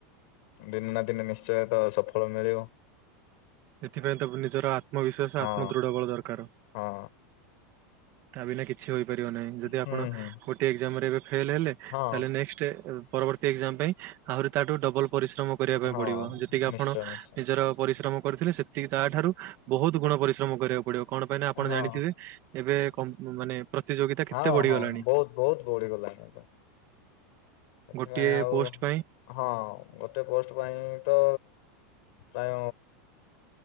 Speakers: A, on the left; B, on the right.
A: ଦିନେ ନା ଦିନେ ନିଶ୍ଚୟ ତ ସଫଳ ମିଳିବ।
B: ସେଥିପାଇଁ ତ ନିଜର ଆତ୍ମବିଶ୍ୱାସ
A: ହଁ
B: ଆତ୍ମ ଦୃଢ ବଳ ଦରକାର।
A: ହଁ
B: ତା ବିନା କିଛି ହୋଇପାରିବ ନାହିଁ ଯଦି ଆପଣ
A: ହୁଁ ହୁଁ
B: ଗୋଟିଏ ଏକ୍ଜାମ ରେ ଏବେ ଫେଲ ହେଲେ ତାହଲେ
A: ହଁ
B: ନେକ୍ସ୍ଟ ପରବର୍ତ୍ତୀ ଏକ୍ଜାମ ପାଇଁ ଆହୁରି ତାଠୁ ଡବଲ ପରିଶ୍ରମ କରିବା ପାଇଁ
A: ହଁ
B: ପଡିବ ଯେତିକି ଆପଣ
A: ନିଶ୍ଚୟ ନିଶ୍ଚୟ
B: ନିଜର ପରିଶ୍ରମ କରିଥିଲେ ସେତିକି ତା ଠାରୁ ବହୁତ ଗୁଣ ପରିଶ୍ରମ କରିବାକୁ ପଡିବ। କଣ ପାଇଁ ନା ଆପଣ
A: ହଁ
B: ଜାଣିଥିବେ ଏବେ କମ୍ ମାନେ ପ୍ରତିଯୋଗିତା କେତେ
A: ହଁ
B: ବଢିଗଲାଣି।
A: ହଁ ବହୁତ ବହୁତ ବଢିଗଲାଣି ସେଥିପାଇଁ
B: ଗୋଟିଏ
A: ଆଉ
B: ପୋଷ୍ଟ ପାଇଁ
A: ହଁ ଗୋଟେ ପୋଷ୍ଟ ପାଇଁ ତ ପ୍ରାୟ